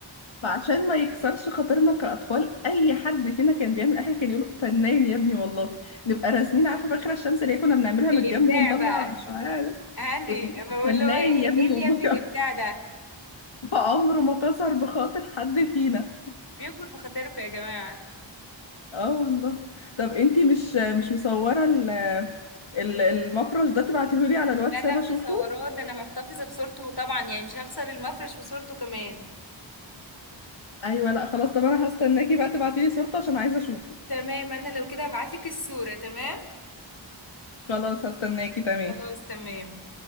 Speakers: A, on the left; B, on the left.
A: فعشان ما يكسرش خاطرنا كأطفال اي حد فينا كان بيعمل اي حاجة كان يقول فنان يا ابني والله نبقى راسمين عارفة فاكرة الشمس اللي هي كنا بنعملها من
B: الابداع
A: الجنب ونطلع
B: بقى
A: شعاع ده؟
B: هاني
A: ابي-
B: ما بقول
A: فنان
B: له ايه
A: يا
B: ايه
A: ابني
B: اللي
A: والله
B: يا ابني
A: <laughs>
B: الابداع ده
A: فعمره ما كسر بخاطر حد فينا
B: بيكبر بخاطركم يا جماعه
A: اه والله طب انتي مش مش مصورة ال- ال- المفرش ده تبعتيهولي على الواتساب
B: لا لا
A: اشوفه
B: مصوراه ده انا محتفظه بصورته طبعا يعني مش هخسر المفرش وصورته كمان
A: ايوه لا خلاص طب انا هستناكي بقى تبعتيلي صورته عشان عايزه اشوفه
B: تمام انا لو كده هبعتلك الصورة تمام
A: خلاص هستناكي تمام
B: خلاص تمام